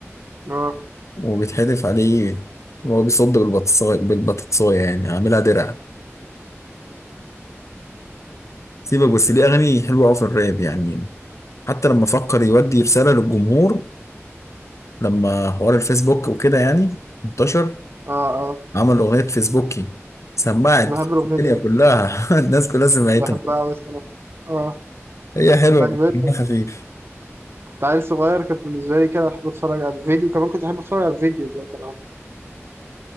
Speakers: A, on the right; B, on the left.
A: آه
B: وبيتحدف عليه وهو بيصد بالبطاطسايه بالبطاطسايه يعني عاملها درع سيبك بس ليه اغاني حلوه قوي في الراب يعني حتى لما فكر يودي رساله للجمهور لما حوار الفيسبوك وكده يعني انتشر
A: آه آه
B: عمل أغنية فيسبوكي سمعت
A: كنت بحب الأغنية دي
B: الدنيا
A: أوي
B: كلها <laughs> الناس كلها سمعتها
A: كنت بحبها أوي الصراحة آه
B: هي حلوة
A: كانت عجباني
B: بس خفيف
A: كنت عيل صغير كانت بالنسبة لي كده أحب أتفرج على الفيديو كمان كنت أحب أتفرج على الفيديو اللي هو كان عامل